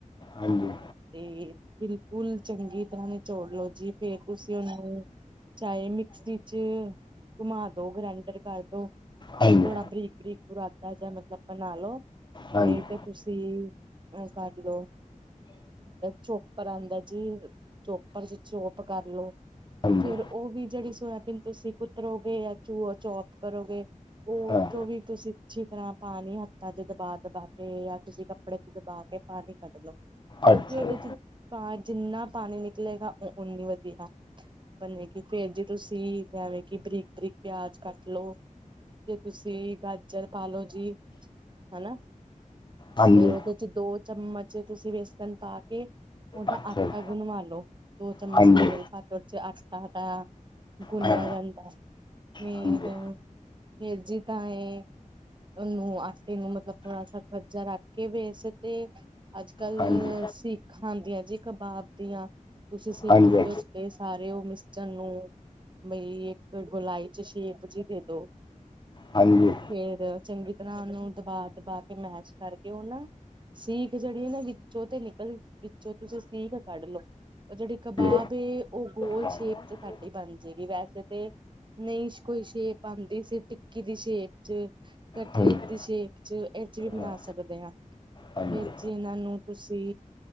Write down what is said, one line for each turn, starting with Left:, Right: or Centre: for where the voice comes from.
Left: ਹਾਂਜੀ।
Right: ਤੇ ਬਿਲਕੁਲ ਚੰਗੀ ਤਰਾਂ ਨਿਚੋੜ ਲਓ ਜੀ, ਫੇਰ ਤੁਸੀਂ ਉਹਨਾਂ ਨੂੰ, ਚਾਹੇ ਮਿਕਸੀ ਚ ਘੁਮਾ ਦੋ ਗ੍ਰੈਂਡਰ ਕਰਦੋ।
Left: ਹਾਂਜੀ
Right: ਥੋੜਾ ਬਰੀਕ, - ਬਰੀਕ ਬੁਰਾਦਾ ਜਾਂ, ਮਤਲਬ ਬਣਾ ਲ ਲੋ।
Left: ਹਾਂਜੀ
Right: ਨਹੀਂ ਤਾਂ ਤੁਸੀਂ ਓ ਕਰ ਲਓ। ਚੋਪਰ ਆਉਂਦਾ ਜੀ, ਚੋਪਰ ਚ ਚੋਪ ਕਰਲੋ।
Left: ਹਾਂਜੀ
Right: ਫੇਰ ਉਹ ਵੀ ਜਿਹੜੀ ਸੋਇਆਬੀਨ ਤੁਸੀਂ ਕੁਤਰੋਗੇ ਜਾਂ ਚੂ ਚੋਪ ਕਰੋਗੇ, ਉਹਰ
Left: ਹਾਂ
Right: ਚੋ ਵੀ ਤੁਸੀਂ ਅੱਛੀ ਤਰਾਂ ਪਾਣੀ ਹੱਥਾਂ ਚ ਦਬਾ- ਦਬਾ, ਤੇ ਜਾਂ ਕਿਸਸੀੇ ਕੱਪੜੇ ਤੇ ਦਬਾ ਕੇ ਪਾਣੀ ਕੱਢ ਲਓ। ਕਿਉਂਕਿ
Left: ਅੱਛਾ
Right: ਉਹਦੇ
Left: ਜੀ।
Right: ਚ ਪਾ ਜਿੰਨਾ ਪਾਣੀ ਨਿਕਲੇਗਾ, ਉਓਨੀ ਵਧੀਆ। ਬਣੇਗੀ ਫੇਰ ਜੇ ਤੁਸੀਂ ਜਿਵੇਂ ਕਿ ਬਰੀਕ- ਬਰੀਕ ਪਿਆਜ ਕੱਟ ਲੋਓ। ਜੇ ਤੁਸੀਂ ਗਾਜਰ ਪਾ ਲੋੋ ਜੀ, ਹਨਾ।
Left: ਹਾਂਜੀ
Right: ਫੇਰ ਓਦੇ ਚ ਦੋ ਚਮਚ ਤੂਸੀ ਵੇਸਨ ਪਾ ਕੇ, ਓਦਾ
Left: ਅੱਛਾ
Right: ਆਟਾ
Left: ਜੀ।
Right: ਗੁਨਵਾ ਲੋ। ਦੋ ਚਮੱਚ
Left: ਹਾਂਜੀ
Right: ਤੇਲ ਪਾ ਕੇ ਓਚ ਆਟਾ, ਟਾ ਗੁੰਨੇਆ
Left: ਹਾਂ
Right: ਜਾਂਦਾ। ਭੇਦ,
Left: ਹਾਂਜੀ
Right: ਫੇਰ ਜੀ ਤਾਂ ਏ ਓਨੂੰ ਆਟੇ ਨੂੰ ਮਤਲਬ ਥੋੜਾ ਸਾ ਕੱਚਾ ਰੱਖ ਕੇ ਵੇਸ ਤੇ ਅੱਜ-ਕੱਲ
Left: ਹਾਂਜੀ ਹਾਂਜੀ
Right: ਸੀਖਾਂ ਆਂਦੀਐ ਜੀ ਕਬਾਬ ਦੀਆਂ, ਤੂਸੀਂ ਸਿੱਖਾਂ
Left: ਹਾਂਜੀ
Right: ਦੇ ਸਪੇਸ ਸਾਰੇ ਓ ਮਿਸਚਰ ਨੂੰ ਬਈ ਏਕ ਗੋਲਾਈ ਚ ਮੈ਼ਪ ਜੀ ਦੇ ਦੇ।
Left: ਹਾਂਜੀ।
Right: ਫੇਰ ਚੰਗੀ ਤਰਾਂ ਓਨੂੰ ਦਬਾ-ਦਬਾ ਕੇ ਮੈਸ਼ ਕਾਰਕੇ ਓਨ ਸੀਖ ਜੇੜੀ ਏਨਾ ਵਿਚੋਂ ਤੇ ਨਿਕਲ, ਵਿਚੋਂ ਤੂਸੀ ਸੀਖ ਕੱਡ ਲੋ। ਓ ਜੇੜੀ ਕਬਾਬ
Left: ਜੀ।
Right: ਏ ਓ ਰੋਲ
Left: ਹਾਂ
Right: ਸੇ਼ਪ ਚ ਤਾਡੀ ਬਨ ਜੇਗੀ, ਵੈਸੇ ਤੇ ਨਹੀ ਇਸ਼ ਕੋਈ ਸੇ਼ਪ ਆਂਦੀ, ਸੀ ਟਿੱਕੀ ਦੀ ਸੇ਼ਪ ਚ ਕਟਲੈਟ
Left: ਹਾਂਜੀ
Right: ਦੀ ਮੇ਼ਪ ਏਚ, ਏਚ ਵੀ ਬਨਾ
Left: ਹਾਂ
Right: ਸਕਦੇ ਆਂ ਫੇਰ
Left: ਹਾਂਜੀ
Right: ਜੀ ਇਨਾਂ ਨੂੰ ਤੁਸੀਂ